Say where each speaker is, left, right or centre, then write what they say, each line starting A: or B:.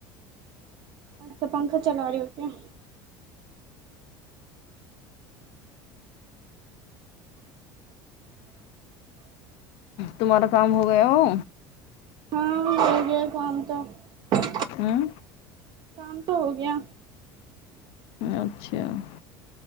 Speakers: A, on the right; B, on the left.
A: अच्छा पंख चला रहे हो क्या
B: तुम्हारा काम हो गय ओ
A: हाँ <unintelligible>
B: हँ
A: काम तऽ हो गया
B: अच्छा